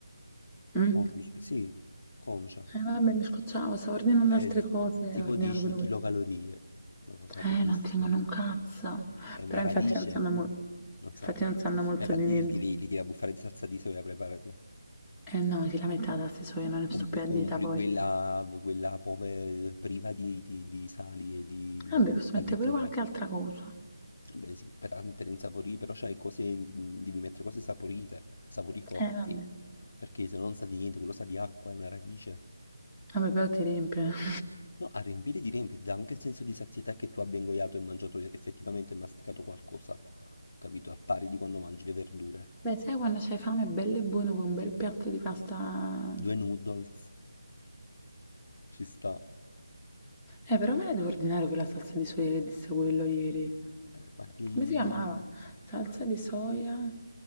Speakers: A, in the centre; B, on the left.
A: Mm?
B: Con- sì, Conciac,
A: Eh vabbè, mi scocciavo, stavo ordinando altre
B: è z-
A: cose,
B: tipo
A: e ho ordinato
B: 10
A: pure
B: kilocalorie,
A: questo.
B: una cosa pochissima.
A: Eh, non tengono un cazzo.
B: È una
A: Però
B: radice,
A: infatti non sanno, mo-
B: non so.
A: infatti
B: Ma
A: non sanno molto
B: infatti
A: di niente.
B: li devi, li devi abbuffare di salsa di soia, preparati.
A: Eh no, che la metà da se so, io non ne
B: Com-
A: sto più a dieta
B: Compri
A: poi.
B: quella, quella pove- priva di, di- di sali e di
A: Vabbè, posso
B: additivi.
A: mettere pure qualche altra cosa.
B: Vabbè sì, per, per insaporire, però c'hai cose, devi mettere cose saporite, sapori forti,
A: Eh vabbè.
B: perché se non sa di niente, quello sa di acqua, è una radice.
A: Vabbè, però ti riempie. <laughs>
B: No, a riempire di riempire, dà anche il senso di sazietà che tu abbia ingoiato e mangiato effettivamente e masticato qualcosa, capito? Al pari di quando mangi le verdure.
A: Beh, sai quando c'hai fame, bello e buono con un bel piatto di pasta
B: Due noodles, ci sta.
A: Eh, però me la devo ordinare quella salsa di soia che disse quello ieri.
B: Eh, ma di
A: Come si chiamava? Mm. Salsa di soia?